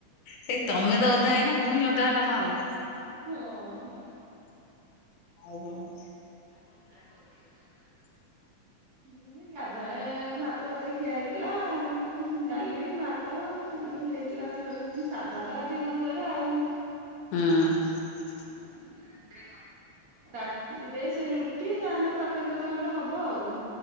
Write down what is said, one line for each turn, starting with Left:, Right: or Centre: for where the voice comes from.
Left: ହେ ତମେ ତ ଓଦା ହେଇନ ଭୂଇଁ ଓଦା ହେଲା କଣ ହେଲା।
Right: ହଁ।
Left: ଆଉ କଣ।
Right: ଆଉ କଣ ଖିଆ ପିଆ କରିଚ। ହୁଁ ଏ ଗାଧୁଆ ବେଳେ ଭାତ ଫାତ ଖିଆ ହେଇଥିଲା। ହୁଁ ଡାଲି, ଭାତ ଉଁ ହେଇଥିଲା ରୋଷେଇ ସାଧା ତ ଆଜି ଗୁରୁବାର ଆଉ।
Left: ହୁଁ।
Right: ହୁଁ ରାତିରେ କଣ? ରାତିରେ ସେଇ ରୁଟି ଯାହେନେ ତରକାରୀ ପତର ଗୋଟେ ହବ ଆଉ।